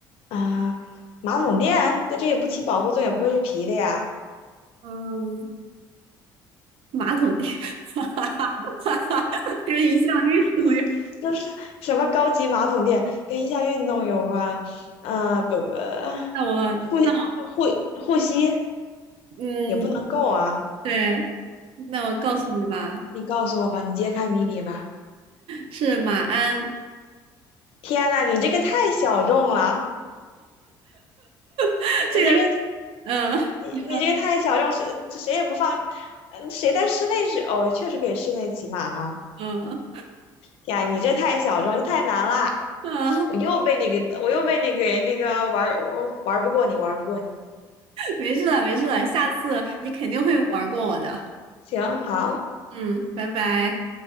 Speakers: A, on the left; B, on the right.
A: 啊、马桶垫，这这也不起保护作用，也不会是皮的呀。
B: 嗯，马桶垫，<laughs> 哈哈哈哈哈，跟一项运动有。
A: 嗯，又是什么高级马桶垫，跟一项运动有关，呃，不不，
B: 那我那我
A: 护护护膝
B: 嗯，
A: 也不能够啊！
B: 对，那我告诉你吧，
A: 你告诉我吧，你揭开谜底吧！
B: 是马鞍，
A: 天呐，你这个太小众了，
B: <laughs>
A: 你这个
B: 这个是嗯，呃你说
A: 你你这个太小众，是这谁也不放，嗯，谁在室内是哦，确实可以室内骑马哈。
B: 嗯
A: 呀，你这太小众，这太难了，
B: 啊，
A: 我又被你给，我又被你给那个玩儿，我玩不过你，玩不过你。
B: 没事了没事了，下次你肯定会玩过我的。
A: 行，好。
B: 嗯，拜拜。